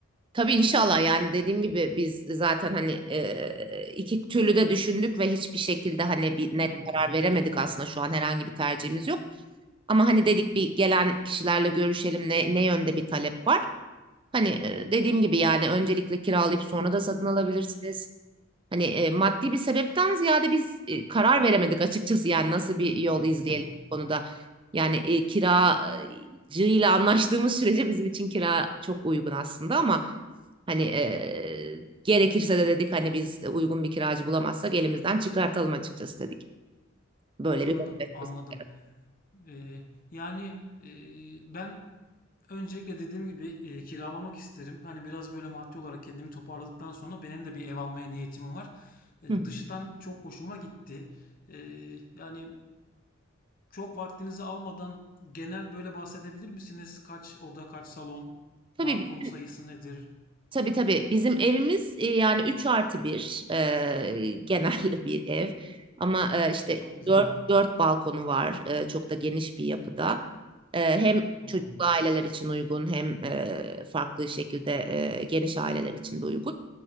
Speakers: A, on the right; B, on the left.
A: Tabii inşallah yani dediğim gibi biz zaten hani e, iki türlü de düşündük ve hiçbir şekilde hani bir
B: Hmm.
A: net karar veremedik aslında şu an herhangi bir tercihimiz yok. Ama hani dedik bir gelen kişilerle görüşelim ne, ne yönde bir talep var. Hani e, dediğim gibi yani öncelikle kiralayıp sonra da satın alabilirsiniz. Hani e, maddi bir sebepten ziyade biz e, karar veremedik açıkçası yani nasıl bir yol
B: <laughs>
A: izleyelim bu konuda. Yani e, kiracıyla anlaştığımız sürece bizim için kira çok uygun aslında ama hani e, gerekirse de dedik hani biz uygun bir kiracı bulamazsak elimizden çıkartalım açıkçası dedik. Böyle
B: Anladım,
A: bir bakışımız
B: anladım.
A: var.
B: E, yani e, ben Öncelikle dediğim gibi, eee, kiralamak isterim. Hani biraz böyle maddi olarak kendimi toparladıktan sonra benim de bir ev almaya niyetim var. Eee,
A: Hı.
B: dıştan çok hoşuma gitti. Eee, yani çok vaktinizi almadan genel böyle bahsedebilir misiniz? Kaç oda, kaç salon,
A: Tabii
B: balkon sayısı nedir?
A: Tabii tabii. Bizim evimiz e, yani üç artı 1 genel <laughs> bir ev. Ama e, işte
B: Çok güzel.
A: dört dört balkonu var. E, çok da geniş bir yapıda. E, hem çocuklu
B: Oo.
A: aileler için uygun hem e, farklı şekilde e, geniş aileler için de uygun.